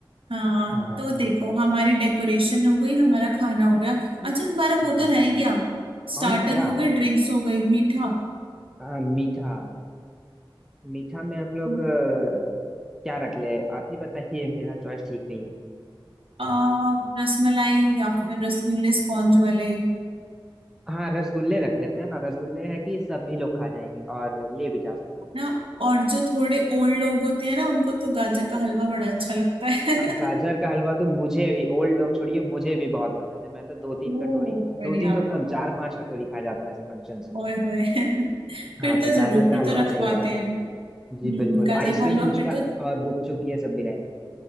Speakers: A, on the right (about 85°); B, in the centre.
A: हाँ
B: हाँ
A: तो देखो हमारी डेकोरेशन हो गई हमारा खाना हो गया अच्छा हमारा वो
B: हाँ
A: तो रह ही गया स्टार्टर
B: कौन क्या
A: हो गए ड्रिंक्स हो गई मीठा
B: हाँ, मीठा मीठा में हम लोग
A: हम्म
B: अ, क्या रख ले आप ही बताइए मेरा चॉइस ठीक नहीं
A: आ, रसमलाई या फिर रसगुल्ले स्पॉन्ज वाले
B: हाँ रसगुल्ले रख लेते हैं ना रसगुल्ले है कि सभी लोग खा जाएंगे और ले भी जा सकते हैं
A: ना और जो थोड़े ओल्ड लोग होते हैं ना उनको तो गाजर का हलवा बड़ा अच्छा लगता है
B: हाँ, गाजर
A: <laughs>
B: का हलवा तो मुझे भी ओल्ड लोग छोड़िए मुझे भी बहुत पसंद है मैं तो दो तीन कटोरी
A: ओ बढ़िया
B: दो तीन तो कम चार पांच कटोरी खा जाता है ऐसे फंक्शंस में
A: ओए होए <laughs>
B: हाँ
A: फिर तो
B: तो गाजर
A: जरूर
B: का
A: फिर
B: हलवा
A: तो रखवाते
B: सही रहेगा
A: हैं हम्म,
B: जी बिल्कुल
A: गाजर
B: आइसक्रीम
A: का हलवा
B: पुचका
A: फिर तो
B: और गुपचुप ये सब भी रहेगा